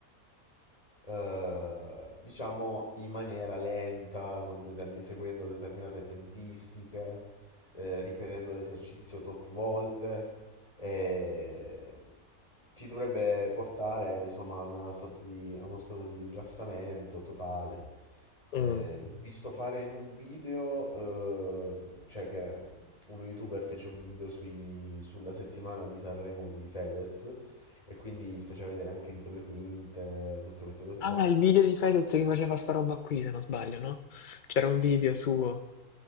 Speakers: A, on the left; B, on the left.
A: eh, diciamo in maniera lenta, con determin- seguendo determinate tempistiche, eh, ripetendo l'esercizio tot volte, e ti dovrebbe portare insomma a, una stato di- a uno stato di rilassamento totale.
B: è?
A: Eh,
B: Mm.
A: visto fare in un video, eh, cioè che uno youtuber fece un video sui- sulla settimana di Sanremo di Fedez e quindi ti faceva vedere anche dietro le quinte, tutte queste cose qua.
B: Ah, il video di Fedez che faceva sta roba qui, se non sbaglio, no? C'era un video suo.